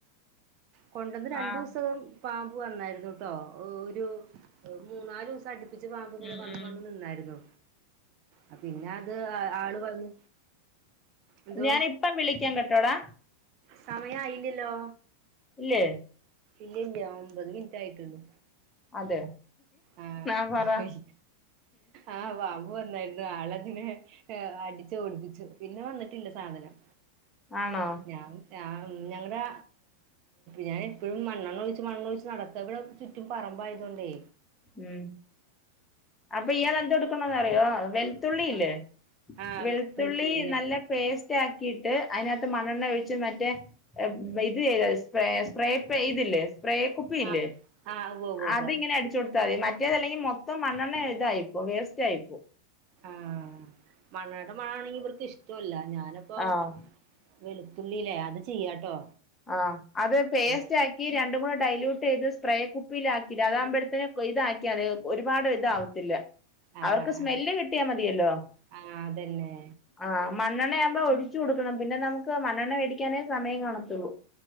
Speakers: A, on the right (about 40°); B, on the left (about 15°).
A: കൊണ്ടന്ന് രണ്ടൂസം.
B: ആ
A: പാമ്പ് വന്നായിരുന്നുട്ടോ. ഒരു മൂന്നാലൂസം അടിപ് പ്പിച്ച് പാമ്പ് ഇങ്ങനെ
B: ഉം
A: വന്നു
B: ഉം
A: വന്നു നിന്നായിരുന്നു. ആ പിന്നെ അത് ആള് വന്ന്. എന്തോ
B: ഞാന് ഇപ്പം വിളിക്കാൻ കേട്ടോടാ.
A: സമയായില്ലല്ലോ
B: ഇല്ലേ
A: ഇല്ലല്ല ഒൻമ്പത് മിനിറ്റ് ആയിട്ടുള്ളൂ
B: അതെ
A: ആഹ്
B: ആ പറ
A: ആഹ് പാമ്പ് വന്നായിരുന്നു ആളതിനെ ഏ അടിച്ചു ഓടിപ്പിച്ചു പിന്നെ വന്നിട്ടില്ല സാധനം
B: ആണോ
A: ഞാൻ ഞാൻ ഞങ്ങളുടെ ഞാൻ എപ്പോഴും മണ്ണെണ്ണ ഒഴിച്ച് മണണ്ണൊഴിച്ച് നടക്ക ഇവിടെ ചുറ്റും പറമ്പായതോണ്ടേ
B: ഉം അപ്പൊ ഇയാൾ എന്ത് എടുക്കന്ന് അറിയോ വെൽ വെൾത്തുള്ളിയില്ലേ
A: ആഹ് ആഹ്
B: വെളുത്തുള്ളി
A: വെളുത്തുള്ളില്ലേ
B: നല്ല പേസ്റ്റ് ആക്കിയിട്ട് അതിനകത്ത് മണ്ണെണ്ണ ഒഴിച്ച് മറ്റേ ഇത് സ്പ്രേ ഇതില്ലേ സ്പ്രേ കുപ്പിയില്ലേ
A: ആഹ് ആഹ് ഉവ്വ് ഉവ്വ് ഉവ്വ്
B: അതിങ്ങനെ അടി താമതി മറ്റേതല്ലെങ്കി മൊത്തം മണ്ണെണ്ണ ഇതായിപ്പോവും വേസ്റ്റ് ആയി പോവും
A: ആഹ് മണ്ണണ്ണടെ മണ ആണെങ്കി ഇവർക്ക് ഇഷ്ടല്ല ഞാനിപ്പൊ
B: ആ
A: വെളുത്തുള്ളി ലേ അത് ചെയ്യാട്ടോ
B: ആഹ് അത് പേസ്റ്റായി
A: ആഹ്
B: ഈ രണ്ടും കൂടെ ഡൈലൂട്ട് ചെയ്ത് സ്പ്രേ കുപ്പിൽ ആക്കിയിട്ട് അതാകുമ്പോഴത്തേന് ഇതാക്കിയാ മതി ഒരുപാട് ഇതാവും ഇല്ലല്ല
A: ആഹ്
B: അവർക്ക്
A: ആഹ്
B: സ്മെല് കിട്ടിയാ മതിയല്ലോ
A: ആഹ് അതന്നെ
B: ആഹ് മണ്ണെണ്ണ ആവുമ്പോ ഒഴിച്ചു കൊടുക്കണം പിന്നെ നമുക്ക് മണ്ണെണ്ണ മേടിക്കാനേ സമയം കാണത്തുള്ളൂ